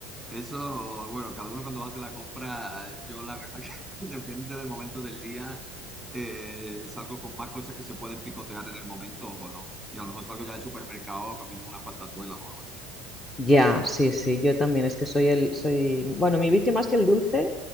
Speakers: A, in the centre; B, on the left.
A: eso, bueno, cada uno cuando hace la compra, yo la verdad que <laughs> depende del momento del día, eh, salgo con más cosas que se pueden picotear en el momento o no. Y a lo mejor salgo ya del supermercado comiendo unas patatuelas o algo así.
B: Ya, sí, sí, yo también es que soy el, soy, bueno, mi vicio más que el dulce